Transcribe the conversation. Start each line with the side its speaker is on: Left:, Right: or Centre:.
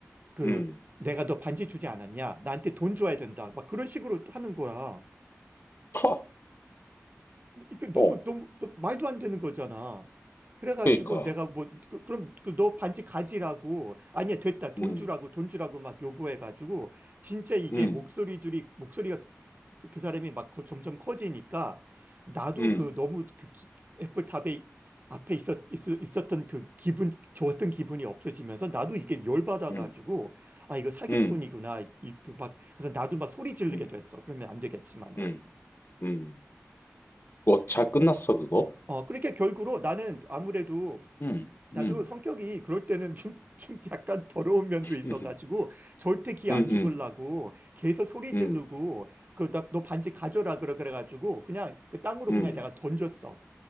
Right: 그
Left: 응 응
Right: 내가 너 반지 주지 않았냐? 나한테 돈 줘야 된다. 막 그런 식으로 또 하는 거야.
Left: 커.
Right: 이게 너무
Left: 어.
Right: 너무 너- 말도 안 되는 거잖아. 그래가지고
Left: 그러니까.
Right: 내가 뭐 그, 럼 그 너 반지 가지라고 아니야 됐다 돈
Left: 음.
Right: 주라고 돈 주라고 막 요구해가지고 진짜 이게
Left: 음.
Right: 목소리들이 목소리가 그, 그 사람이 막 거- 점점 커지니까 나도
Left: 음.
Right: 그 너무 그 기- 애플 탑에 앞에 있었, 있었, 던그 기분 좋았던 기분이 없어지면서 나도 이게 열받아가지고
Left: 음.
Right: 아 이거 사기꾼이구나
Left: 음.
Right: 이, 그 막, 그래서 나도 막 소리 지르게
Left: 음.
Right: 됐어 그러면 안 되겠지만은
Left: 음. 음. 그거 잘 끝났어, 그거?
Right: 어 그러니까 결국으로 나는 아무래도
Left: 응,
Right: 나도
Left: 응,
Right: 성격이 그럴 때는 <laughs> 좀, 좀 약간 더러운 면도 있어가지고
Left: 응,
Right: 절대 기
Left: 응,
Right: 안 죽으려고
Left: 응,
Right: 계속 소리 지르고
Left: 응,
Right: 그 나 너 반지 가져라 그래 그래가지고 그냥 그 땅으로
Left: 응,
Right: 그냥 내가 던졌어